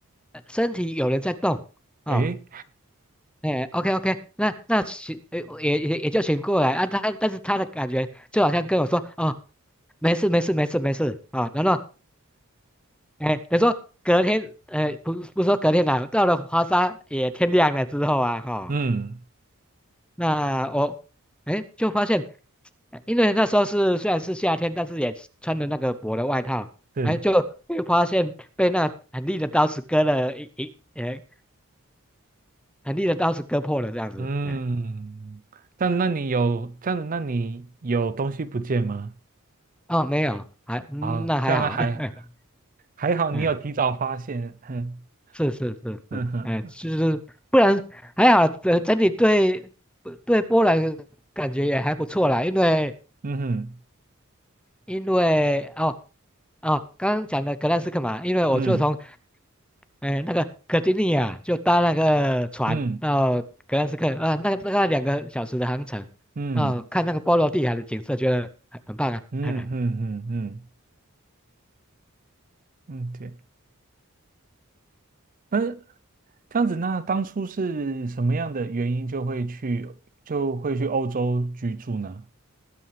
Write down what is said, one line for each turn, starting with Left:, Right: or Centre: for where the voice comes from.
Centre: 呃身体有人在动。啊、
Right: 诶，
Centre: 哎，OK OK，那那请呃也也也就醒过来啊，他但是他的感觉就好像跟我说哦，没事没事没事没事啊，然后哎，等于说隔天呃不不是说隔天啦、到了华沙也天亮了之后啊哈、
Right: 嗯
Centre: 那我哎就发现，呃因为那时候是虽然是夏天，但是也穿的那个薄的外套，
Right: 是
Centre: 哎就会发现被那很利的刀子割了一一呃很利的刀子割破了这样子，
Right: 嗯，
Centre: 哎。
Right: 但那你有这样子，那你有东西不见吗？
Centre: 哦，没有，还，嗯那还好，
Right: 啊，这样还
Centre: <laughs>
Right: 还好，
Centre: 嗯，
Right: 你有提早发现，哼
Centre: 是是是是，
Right: 哼哼，
Centre: 哎，就是不然还好，整整体对对波兰感觉也还不错啦，因为
Right: 嗯哼
Centre: 因为哦哦，刚刚讲的格兰斯克嘛，因为我就从
Right: 嗯
Centre: 哎那个格丁尼亚就搭那个船到格兰斯克啊，
Right: 嗯
Centre: 那个大概两个小时的航程，
Right: 嗯
Centre: 啊，看那个波罗的海的景色，觉得很很棒啊。
Right: 嗯嗯嗯嗯嗯，
Centre: <laughs>
Right: 嗯对。嗯这样子，那当初是什么样的原因就会去就会去欧洲居住呢？